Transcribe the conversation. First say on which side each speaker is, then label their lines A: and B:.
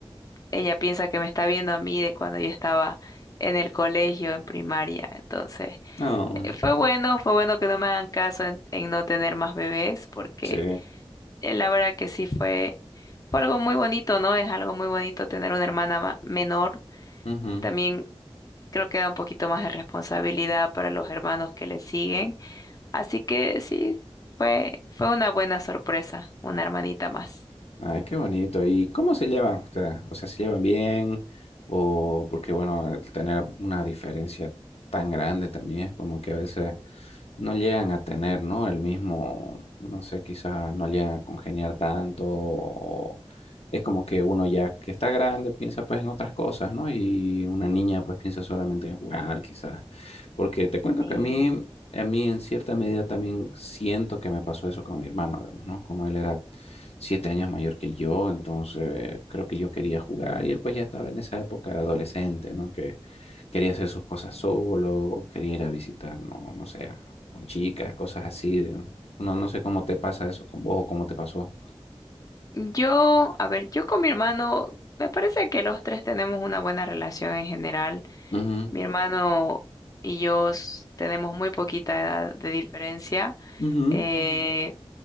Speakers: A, on the left; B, on the left.
A: ella piensa que me está viendo a mí de cuando yo estaba en el colegio, en primaria. Entonces,
B: No.
A: eh, fue bueno, fue bueno que no me hagan caso en, en no tener más bebés porque
B: Sí.
A: eh, la verdad que sí fue, fue algo muy bonito, ¿no? Es algo muy bonito tener una hermana ma- menor.
B: Ujú.
A: También creo que da un poquito más de responsabilidad para los hermanos que le siguen Así que sí, fue, fue una buena sorpresa, una hermanita más.
B: Ay, qué bonito. ¿Y cómo se llevan ustedes? O sea, ¿se llevan bien? O porque, bueno, el tener una diferencia tan grande también es como que a veces no llegan a tener, ¿no? El mismo, no sé, quizás no llegan a congeniar tanto. O es como que uno ya que está grande piensa pues en otras cosas, ¿no? Y una niña pues piensa solamente en jugar, quizás. Porque te cuento
A: Sí.
B: que a mí a mí en cierta medida también siento que me pasó eso con mi hermano, digamos, ¿no? Como él era siete años mayor que yo, entonces creo que yo quería jugar y él pues ya estaba en esa época de adolescente, ¿no? Que quería hacer sus cosas solo, quería ir a visitar, no, no sé, con chicas, cosas así. de- Uno no sé cómo te pasa eso con vos o cómo te pasó.
A: Yo, a ver, yo con mi hermano, me parece que los tres tenemos una buena relación en general.
B: Ujú,
A: Mi hermano y yo s- tenemos muy poquita edad de diferencia.
B: ujú,
A: Eh,